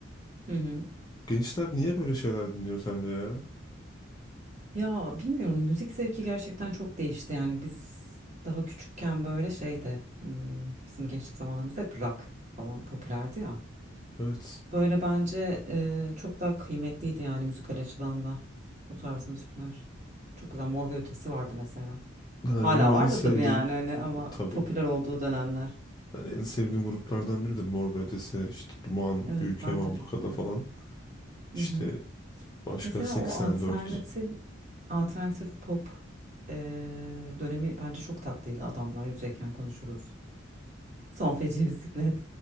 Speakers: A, on the right (about 35°); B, on the left (about 20°).
A: Hı hı.
B: Gençler niye böyle şeyler dinliyor sence ya?
A: Ya bilmiyorum müzik zevki gerçekten çok değişti yani biz daha küçükken böyle şeydi hmm, bizim gençlik zamanlarımızda hep rock falan popülerdi ya.
B: Evet.
A: Böyle bence e, çok daha kıymetliydi yani müzikal açıdan da o tarz müzikler. Çok güzel Mor ve Ötesi vardı mesela.
B: Yani
A: Hala
B: benim
A: var
B: en sevdiğim
A: da tabii yani hani ama
B: e, tabii.
A: popüler olduğu dönemler.
B: Yani en sevdiğim gruplardan biridir. Mor ve Ötesi, işte Duman,
A: Evet
B: Büyükev,
A: ben
B: Ablukada
A: de çok severim.
B: falan. İşte
A: Hı hı.
B: başka
A: Mesela
B: 84.
A: o alternatif alternatif pop eee, dönemi bence çok tatlıydı. Adamlar yüzeyken konuşuruz. Son feci <laughs> bisiklet.